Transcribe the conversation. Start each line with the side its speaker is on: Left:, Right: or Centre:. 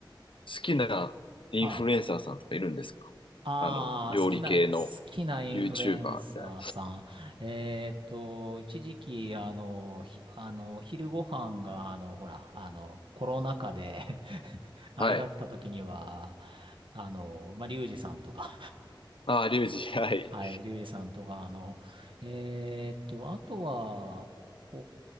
Left: 好きなインフルエンサーさんとかいるんですかあの、
Right: はい。ああ、
Left: 料理系の
Right: 好きな、好きなインフルエンサーさん。
Left: YouTuber みたいな。
Right: えーっと、一時期、あの、ひ、あの、お昼ご飯が、あの、ほら、あの、コロナ禍で <laughs> あれだった時には、
Left: はい。
Right: あの、まあ、リュウジさんとか、
Left: ああ、リュウジ、<laughs>
Right: <laughs>
Left: はい。
Right: はい、リュウジさんとか、あの、えーっと、あとは、こ、